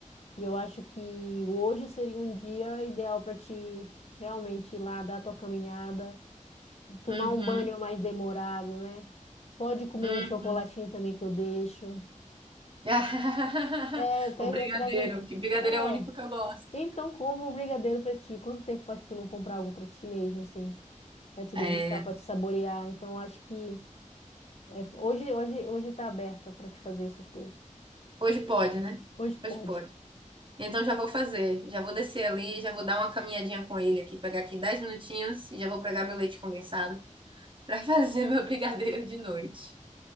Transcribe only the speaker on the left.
E eu acho que hoje seria um dia ideal para ti realmente ir lá dar a tua caminhada, tomar
um banho mais demorado, né? Pode comer
um chocolatinho também que eu deixo.
É, pega,
traz um.
É.
Então, compra um brigadeiro pra ti. Quanto tempo faz que tu não compra algo pra ti mesmo, assim? Pra te degustar,
pra te saborear. Então, acho que é, hoje, hoje, hoje tá aberta pra te fazer essas coisas.
Hoje pode.